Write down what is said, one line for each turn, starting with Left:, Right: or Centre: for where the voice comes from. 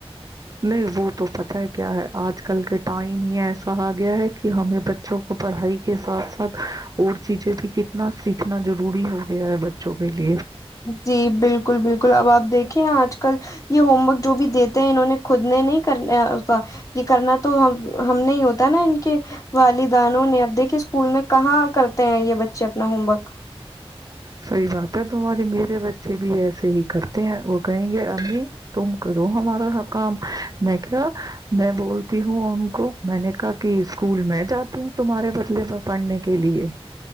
Right: نہیں وہ تو پ کیا ہے آج کل کے ٹائم یہ ایسا آ گیا ہے کہ ہمیں بچوں کو پڑھائی کے ساتھ ساتھ اور چیزیں بھی کتنا سیکھنا ضروری ہو گیا ہے بچوں کے لیے
Left: جی بالکل بالکل اب آپ دیکھیں آج کل یہ ہوم ورک جو بھی دیتے ہیں انہوں نے خود نے نہیں کرنا یہ کرنا تو ہم ہم نہیں ہوتا نا ان کے والدانوں نے اب دیکھے اسکول میں کہاں کرتے ہیں یہ بچے اپنا ہوم ورک
Right: صحیح بات ہے تمہاری میرے بچے بھی ایسے ہی کرتے ہیں وہ کہیں گے امی تم کرو ہمارا ہ کام میں کیا میں بولتی ہوں ان کو میں نے کہا کہ اسکول میں جاتی ہوں تمہارے بدلے پر پڑھنے کے لیے